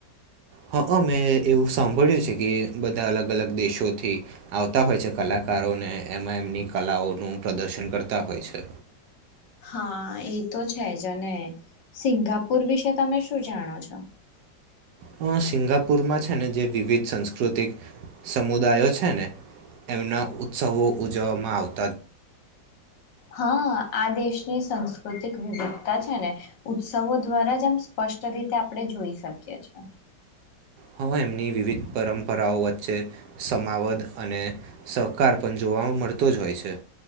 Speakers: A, on the right; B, on the left.
A: હ અહ મેં એવું સાંભળ્યું છે કે બધા અલગ અલગ દેશોથી આવતા હોય છે કલાકારોને એમાં એમની કલાઓનું પ્રદર્શન કરતા હોય છે.
B: હા, એ તો છે જ અને સિંગાપુર વિશે તમે શું જાણો છો?
A: અ સિંગાપુરમાં છે ને જે વિવિધ સાંસ્કૃતિક સમુદાયો છે ને એમના ઉત્સવો ઉજવવામાં આવ
B: હા, આ દેશ ની સાસ્કૃતિક વિવિધતા છે ને ઉત્સવો દ્વારા જ આમ સ્પષ્ટ રીતે આપડે જોઈ શકીએ છે.
A: હ એમની વિવિધ પરંપરાઓ વચ્ચે સમાવદ અને સહકાર પણ જોવા મળતો જ હોય છે.